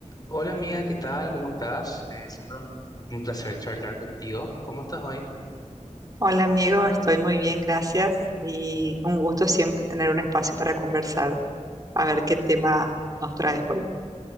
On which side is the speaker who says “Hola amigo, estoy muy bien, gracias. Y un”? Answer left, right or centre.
Right